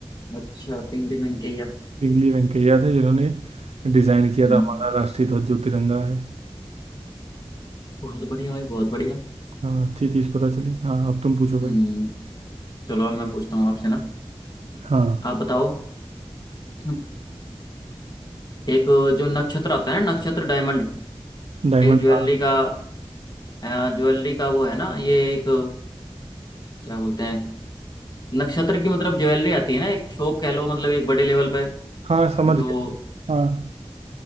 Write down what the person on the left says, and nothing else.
अच्छा पिंक डिमन के या
हम्म
बहुत बढ़िया भाई बहुत बढ़िया
हम्म चलो अब मैं पूछता हूँ आपसे ना
आप बताओ हम्म, एक जो नक्षत्र आता है ना नक्षत्र डायमंड
एक ज्वेलरी
का अ, ज्वेलरी का वो है ना ये एक क्या बोलते हैं नक्षत्र की मतलब ज्वेलरी आती है ना एक शॉप कह लो मतलब एक बड़े लेवल पे
जो